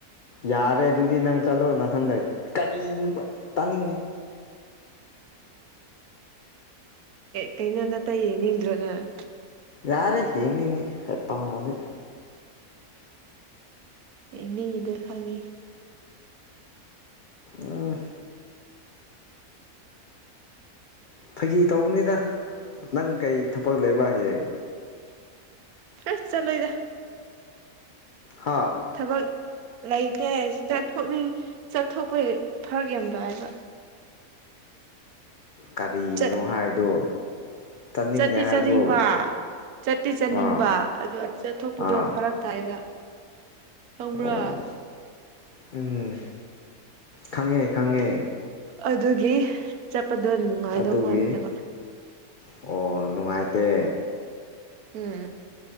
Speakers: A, on the left; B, on the right.
A: ꯌꯥꯔꯦ ꯑꯗꯨꯗꯤ ꯅꯪ ꯆꯠꯂꯣ ꯅꯊꯟꯗ ꯀꯔꯤꯅꯨꯕ ꯇꯥꯅꯤꯡꯗꯦ
B: ꯀꯩꯅꯣ ꯅꯇꯩ ꯌꯦꯡꯅꯤꯡꯗ꯭ꯔꯣ ꯅꯪ
A: ꯌꯥꯔꯦ ꯌꯦꯡꯅꯤꯡꯗꯦ ꯍꯩꯄꯥꯗꯤ
B: ꯌꯦꯡꯅꯤꯡꯉꯤꯗꯣ ꯈꯪꯉꯦ
A: ꯑꯥ ꯐꯥꯒꯤ ꯇꯧꯕꯅꯤꯗ ꯅꯪ ꯀꯩ ꯊꯕꯛ ꯂꯩꯕ ꯍꯌꯦꯡ
B: ꯑꯁ ꯆꯠꯂꯣꯏꯗ
A: ꯍꯥ
B: ꯊꯕꯛ ꯂꯩꯇꯦ ꯆꯠꯊꯣꯛꯅꯤꯡ ꯆꯠꯊꯣꯛꯄ ꯐꯔꯛ ꯌꯥꯝ ꯇꯥꯏꯌꯦꯕ
A: ꯀꯔꯤꯅꯣ
B: ꯆꯠ
A: ꯍꯥꯏꯕꯗꯣ ꯆꯠꯅꯤꯡꯗꯦ
B: ꯆꯠꯇꯤ
A: ꯍꯥꯏꯕ꯭ꯔꯣ
B: ꯆꯠꯅꯤꯡꯕ ꯆꯠꯇꯤ ꯆꯠꯅꯤꯡꯕ
A: ꯑꯥ
B: ꯑꯗꯣ ꯆꯠꯊꯣꯛꯄꯗꯣ
A: ꯑꯥ
B: ꯐꯔꯛ ꯇꯥꯏꯕ ꯈꯪꯕ꯭ꯔꯣ
A: ꯑꯣ ꯎꯝ ꯈꯪꯉꯦ ꯈꯪꯉꯦ
B: ꯑꯗꯨꯒꯤ ꯆꯠꯄꯗꯣ ꯅꯨꯡꯉꯥꯏꯗꯧ
A: ꯑꯗꯨꯒꯤ
B: ꯃꯥꯟꯗꯕ
A: ꯑꯣ ꯅꯨꯡꯉꯥꯏꯇꯦ
B: ꯎꯝ